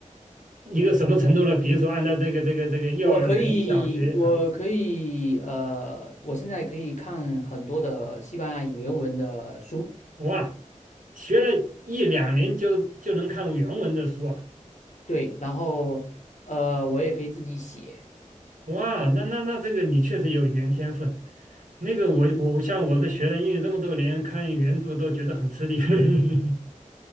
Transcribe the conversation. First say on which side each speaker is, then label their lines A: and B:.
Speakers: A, on the right; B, on the left.
A: 一个什么程度呢？比如说按照这个这个这个幼儿园、
B: 我可以，
A: 小学啊，
B: 我可以，呃，我现在可以看很多的西班牙语原文的书，
A: 哇，学了一两年就就能看原文的书啊，
B: 对，然后呃，我也可以自己写。
A: 哇，那那那这个你确实有语言天分。那个我我像我这学了英语这么多年，看原著都觉得很吃力。<laughs>